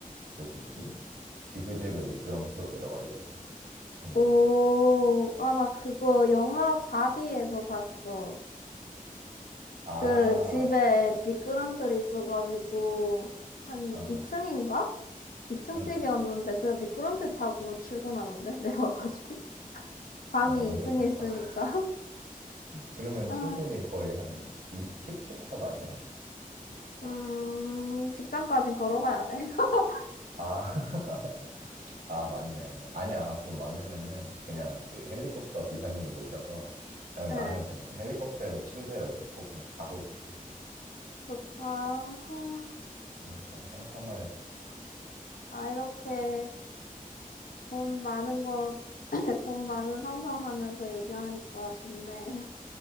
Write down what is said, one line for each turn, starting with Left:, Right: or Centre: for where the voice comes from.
Right: 그 뭐지? 지그재그 미끄럼틀로 내려가려고. 귀찮으니까.
Left: 오, 아, 나 그거 영화 바비에서 봤어.
Right: 아,
Left: 그 집에 미끄럼틀이 있어가지고 한
Right: 아,
Left: 2층인가?
Right: 아,
Left: 2층
Right: 응.
Left: 집이었는데 그냥 미끄럼틀 타고 출근하던데 <laughs> 내려와가지고 방이
Right: 아, 너무
Left: 2층에
Right: 좋겠다.
Left: 있으니까
Right: <laughs>
Left: <laughs>
Right: 그러면
Left: 아,
Right: 출근이 거의 한 이십 10초 컷 아니야?
Left: 음 직장까진 걸어가야 돼. <laughs>
Right: 아, <laughs> 아, 맞네. 아니야. 돈 많으면은 그냥 그 헬리콥터 기사님 모셔서 그냥
Left: 네,
Right: 나는 그냥 헬리콥터에도 침대를 놓고 그냥 자고 있을래.
Left: 좋다. 아,
Right: 그니까 상상만 해도 좋-
Left: 아, 이렇게 돈 많은 거, <clears throat> 돈 많은 상상하면서 얘기하니까 좋네. <laughs>